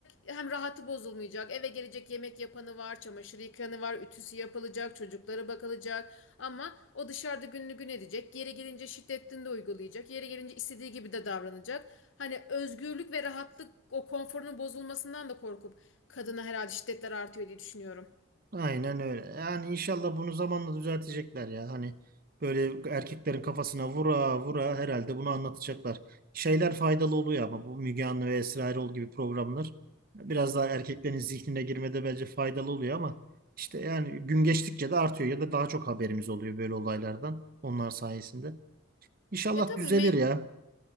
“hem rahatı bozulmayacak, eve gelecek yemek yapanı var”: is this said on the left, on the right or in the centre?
Left